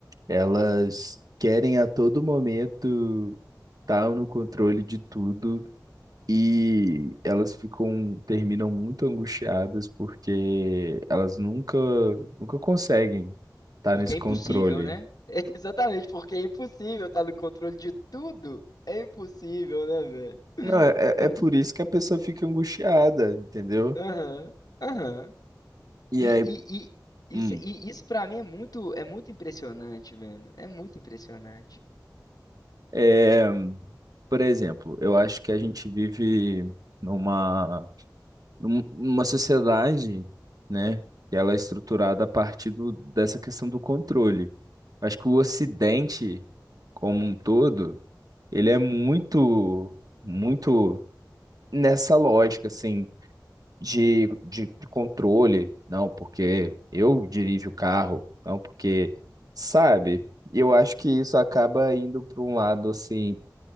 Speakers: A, on the right; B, on the left.
A: elas querem a todo momento estar no controle de tudo e elas ficam, terminam muito angustiadas porque elas nunca, nunca conseguem estar
B: Porque
A: nesse
B: é
A: controle.
B: impossível, né? <laughs> É exatamente, porque é impossível estar no controle de tudo. É impossível, né, velho?
A: Não, é,
B: <laughs>
A: é é por isso que a pessoa fica angustiada, entendeu?
B: Aham, aham.
A: E
B: E,
A: aí,
B: e, e
A: hum,
B: isso, e isso para mim é muito, é muito impressionante, velho. É muito impressionante.
A: é. Por exemplo, eu acho que a gente vive numa, num- numa sociedade, né, que ela é estruturada a partir do, dessa questão do controle. Acho que o Ocidente, como um todo, ele é muito, muito nessa lógica, assim, de, de, de controle. Não, porque eu dirijo o carro. Não, porque, sabe? E eu acho que isso acaba indo para um lado, assim,